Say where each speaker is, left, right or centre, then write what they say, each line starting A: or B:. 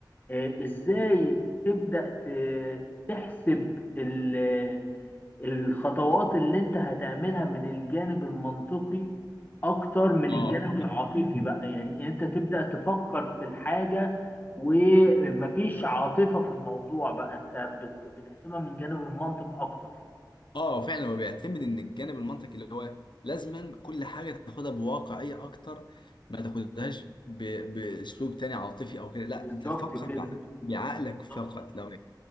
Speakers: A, on the left; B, on the left.
A: آه ازاي تبدأ ت- تحسب ال- الخطوات اللي انت هتعملها من الجانب المنطقي اكتر من
B: اه
A: الجانب العاطفي بقى يعني انت تبدأ تفكر في الحاجة ومفيش عاطفة في الموضوع بقى انت بت- بتحسبها من جانب المنطق اكتر
B: اه فعلا هو بيعتمد ان الجانب المنطقي اللي هو لازما كل حاجه تاخدها بواقعيه اكتر ما تاخدهاش ب... باسلوب تاني عاطفي او كده لا
A: بالظبط
B: انت تفكر
A: كده
B: بعقل- بعقلك
A: بالظبط
B: فقط لو